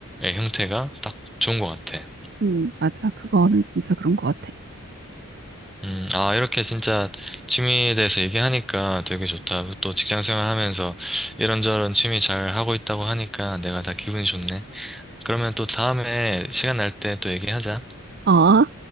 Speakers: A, in the centre; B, on the right.
A: 형태가 딱 좋은 것 같아.
B: 음, 맞아. 그거는 진짜 그런 것 같아.
A: 음, 아, 이렇게 진짜 취미에 대해서 얘기하니까 되게 좋다. 또 직장생활 하면서 이런저런 취미 잘 하고 있다고 하니까 내가 다 기분이 좋네. 그러면 또 다음에 시간 날 때 또 얘기하자.
B: 어?